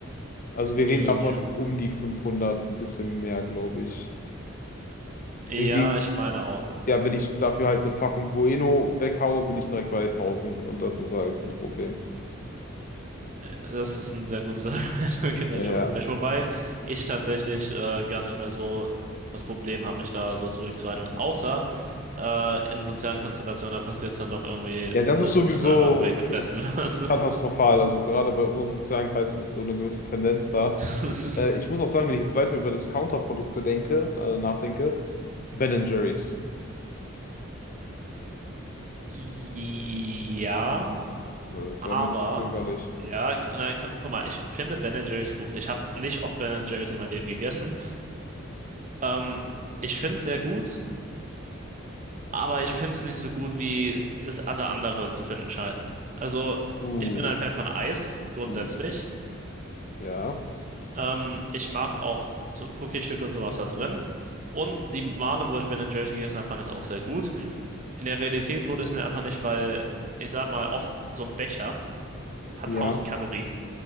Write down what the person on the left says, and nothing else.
Also wir
reden davon um die 500, ein bisschen mehr, glaube ich.
Hingegen,
ja, wenn ich dafür halt eine Packung Bueno weghaue, bin ich direkt bei 1000 und das ist halt ein Problem.
Ja,
ja, das ist
sowieso
k-
katastrophal.
Also gerade bei unserem sozialen Kreis ist so eine gewisse Tendenz da.
Äh, ich muss auch sagen, wenn ich jetzt weiter über Discounter-Produkte denke, äh, nachdenke, Ben and Jerry's.
Das
war mir zu zögerlich.
Uh,
uh, ja,
ja.